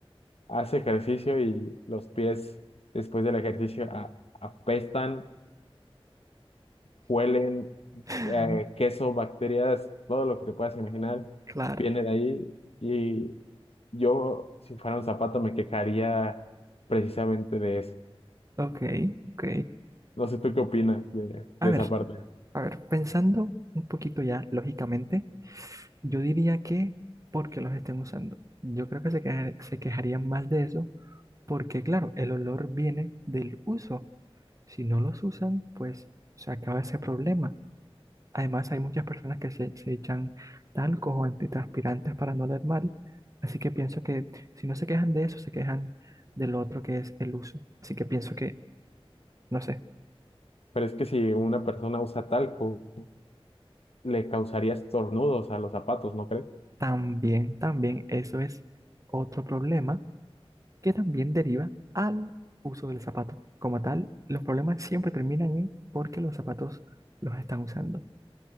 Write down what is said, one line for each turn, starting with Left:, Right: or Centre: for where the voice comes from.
Left: Hace ejercicio y los pies después del ejercicio a- apestan huelen,
Right: <laughs>
Left: eh, queso, bacterias, todo lo que te puedas imaginar
Right: claro,
Left: viene de ahí. Y yo, si fuera un zapato, me quejaría precisamente de eso.
Right: ok, ok.
Left: No sé tú qué opinas de,
Right: A
Left: de
Right: ver,
Left: esa parte.
Right: a ver, pensando un poquito ya lógicamente, yo diría que porque los estén usando. Yo creo que se queja- se quejarían más de eso porque, claro, el olor viene del uso. Si no los usan, pues se acaba ese problema. Además, hay muchas personas que se, se echan talcos o antitranspirantes para no oler mal. Así que pienso que si no se quejan de eso, se quejan del otro que es el uso. Así que pienso No sé.
Left: Pero es que si una persona usa talco, le causaría estornudos a los zapatos, ¿no crees?
Right: También, también, eso es otro problema que también deriva al uso del zapato. Como tal, los problemas siempre terminan en porque los zapatos los están usando.